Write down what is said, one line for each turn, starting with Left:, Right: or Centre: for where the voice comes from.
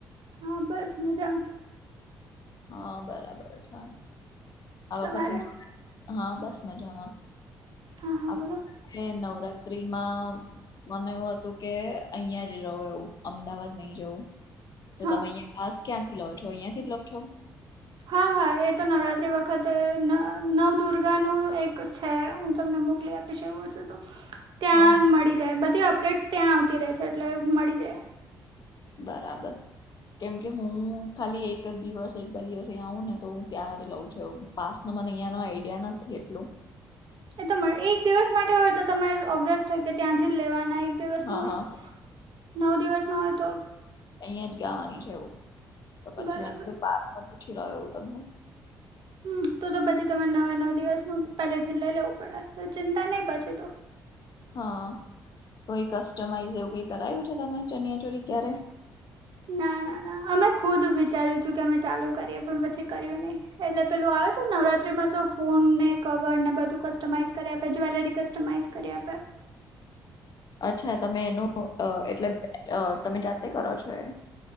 Right: હા બસ મજા મ
Left: હહ બરાબર છે. આ
Right: તમારે
Left: વખતે <inaudible> હા બસ મજામાં.
Right: હા હા
Left: આપણે
Right: બોલો
Left: નવરાત્રીમાં મને એવું હતું. કે અહિયાં જ રહું એવું અમદાવાદ નહી જવું. તો
Right: હા
Left: તમે અહીંયા પાસ ક્યાંથી લો છો? અહિયાંથી જ લો છો?
Right: હા હા એ તો નવરાત્રી વખતે ન નવદુર્ગાનું એક છે હું તમને મોકલી આપ પીશ એવું હશે તો. ત્યાં
Left: હહ
Right: મળી જાય બધી અપડેટ્સ ત્યાં આવતી રહે છે એટલે મળી જાય.
Left: બરાબર. કેમ કે હું ખાલી એક જ દિવસ એક બે દિવસ ઈયા આઉ ને તો હું ત્યારે લઉં છું એવું. પાસનો મને ઈયાનો આઈડિયા નથી એટલો.
Right: એ તો મળે એક દિવસ માટે હોય તો તમારે ઓવેસ છે કે ત્યાંથી જ લેવાના એ ક દિવસનું
Left: હા
Right: હોય,
Left: હા
Right: નવ દિવસનું હોય તો
Left: અહિંયા જ ગાવાની છે એવું. તો પછી
Right: બરાબર
Left: મે કિધું પાસનું પૂછી લઉ એવું તમને.
Right: હમ તો તો પછી તમારે નવે નવ દિવસનું પહેલેથી લઈ લેવું પડે તો ચિંતા નહી પછી તો.
Left: હા કોઈ કસ્ટમાઈઝ એવું કઈ કરાયું છે તમે ચનિયાચોલી ક્યારે
Right: ના ના ના અમે ખુદ વિચાર્યું તું કે અમે ચાલુ કરીએ પણ પછી કર્યું નહી. એટલે પેલું આવે છે ને નવરાત્રીમાં તો ફોનને, કવરને બધું કસ્ટમાઈઝ કરી આપે, જ્વેલરી કસ્ટમાઈઝ કરી આપે.
Left: અચ્છા તમે નો અ એટલે અ તમે જાતે કરો છો એ?